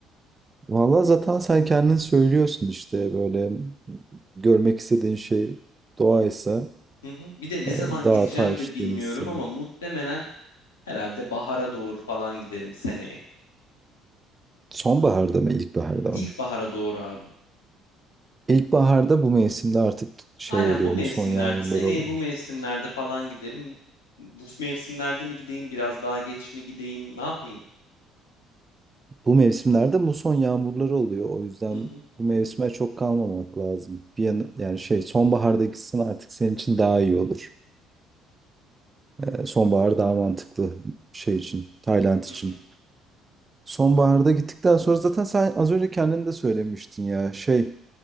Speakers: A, on the right (about 25°); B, on the left (about 90°).
A: Valla zaten sen kendin söylüyorsun işte böyle görmek istediğin şey doğaysa,
B: Hı hı. Bir de ne
A: eee,
B: zaman
A: dağ,
B: gideceğim
A: taş,
B: de bilmiyorum
A: deniz denizse.
B: ama muhtemelen herhalde bahara doğru falan giderim seneye.
A: Sonbaharda mı, ilkbaharda
B: İlkbahara
A: mı?
B: doğru abi.
A: İlkbaharda bu mevsimde artık şey
B: Aynen
A: oluyor,
B: bu mevsimlerde,
A: muson yağmurları
B: seneye
A: oluyor.
B: bu mevsimlerde falan giderim. Bu mevsimlerde mi gideyim, biraz daha geç mi gideyim, ne yapayım?
A: Bu mevsimlerde muson yağmurları oluyor. O yüzden
B: Hı hı,
A: bu mevsime çok kalmamak lazım. Bir yana, yani şey sonbaharda gitsen artık senin için daha iyi olur. E, Sonbahar daha mantıklı şey için, Tayland için.
B: hı hı.
A: Sonbaharda gittikten sonra zaten sen az önce kendin de söylemiştin ya şey